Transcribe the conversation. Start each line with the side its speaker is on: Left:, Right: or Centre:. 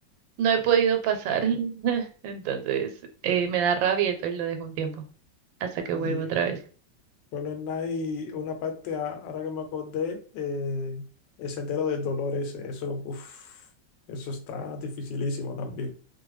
Right: no he podido pasar, <laughs> entonces eh, me da rabia, entonces lo dejo un tiempo hasta que
Left: Y,
Right: vuelva otra vez.
Left: Hollow Knight, una parte, a- ahora que me acordé, eh, el sendero del dolor ese, eso, uf, eso está dificilísimo también.